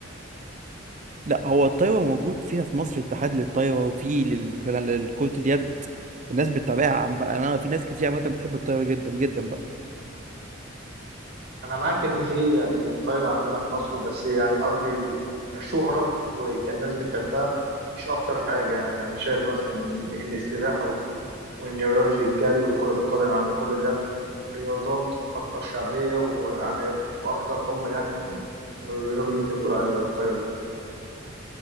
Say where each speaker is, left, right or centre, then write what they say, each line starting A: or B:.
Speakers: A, on the right; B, on the right.
A: لا هو الطايرة موجود فيها في مصر اتحاد للطايرة وفي لل- لكرة اليد الناس بتتابعها عم- انا في ناس كتير عامة بتحب الطايرة جدا جدا بقى
B: انا معاك ان في يعني طايرة عندنا في مصر بس يعني قصدي كشهرة وكان الناس بتحبها مش اكتر حاجة يعني انا شايف مثلا ان السباحة و- وان رياضة الجري وكرة القدم يعني كل ده رياضات اكتر شعبية ويعني واكتر حبا يعني من من الرياضة اللي انت بتقول عليها الطايرة